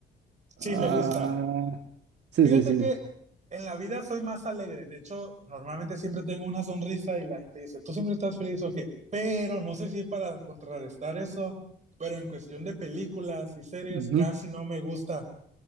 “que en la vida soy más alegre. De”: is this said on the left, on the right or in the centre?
Right